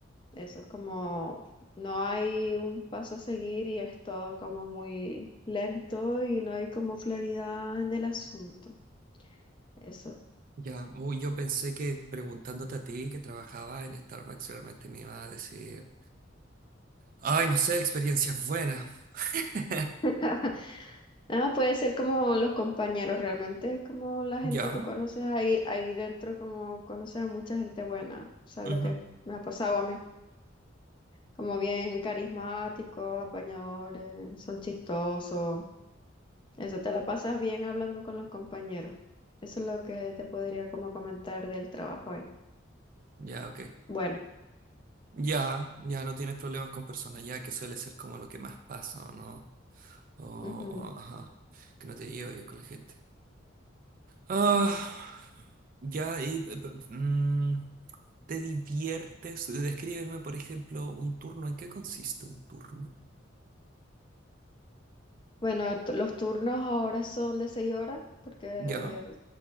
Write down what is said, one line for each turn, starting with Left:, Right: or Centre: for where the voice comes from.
Left: eso es como no hay un paso a seguir y es todo como muy lento y no hay como claridad en el asunto. Eso.
Right: Ya, uy, yo pensé que preguntándote a ti que trabajaba en Starbucks realmente me iba a decir, ay, no sé, experiencias buenas. <laughs>
Left: <laughs> Ah, puede ser como los compañeros, realmente es como la gente
Right: Ya,
Left: que conoces ahí, ahí dentro, como conoces a mucha gente buena, o sea, lo
Right: ujú,
Left: que me ha pasado a mí, como bien carismáticos, apañadores, son chistosos, eso te la pasas bien hablando con los compañeros, eso es lo que te podría como comentar del trabajo ahí.
Right: Ya, ok.
Left: Bueno,
Right: Ya, ya no tienes problemas con personas, ya que suele ser como lo que más pasa, ¿o no? O, o,
Left: ujú.
Right: ajá, que no te llevo bien con la gente. Ah, ya, y, eh, p- p- mm, ¿te diviertes? Descríbeme, por ejemplo, un turno. ¿En qué consiste un turno?
Left: Bueno, t- los turnos ahora son de 6 horas, porque
Right: Ya,